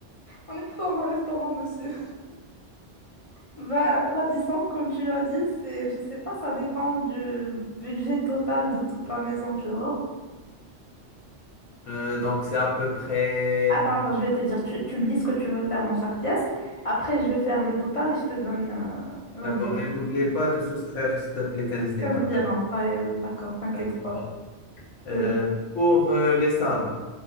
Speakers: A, on the left (about 30°); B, on the left (about 85°).
A: on n'est pas dans un restaurant, monsieur. Bah, la 10 comme tu as dit, c'est, je sais pas, ça dépend du budget total de toute la maison, tu vois.
B: Euh, donc c'est à peu près...
A: Attends, attends, je vais te dire, tu, tu me dis ce que tu veux faire dans chaque pièce. Après, je vais faire le total et je te donne, euh, vas-y,
B: D'accord, et n'oubliez pas de soustraire, s'il te plaît, 15 dirhams.
A: 15 dirhams. Pas- euh, D'accord, t'inquiète
B: D'accord.
A: pas.
B: Euh,
A: C'est-
B: pour euh, les salons,